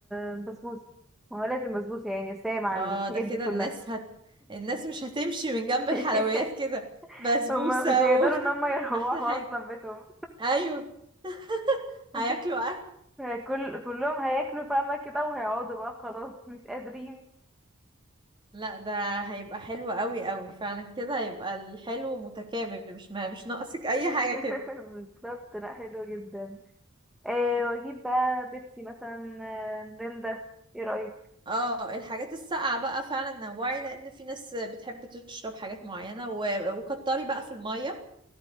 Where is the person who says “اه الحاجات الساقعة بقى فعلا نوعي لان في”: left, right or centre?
Right